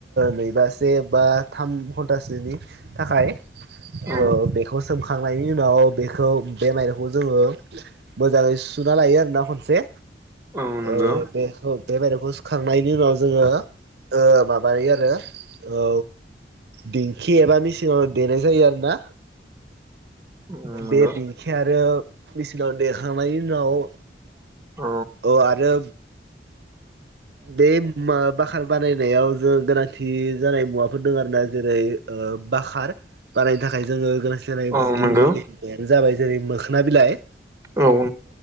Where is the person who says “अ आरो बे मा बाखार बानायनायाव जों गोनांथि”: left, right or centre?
Right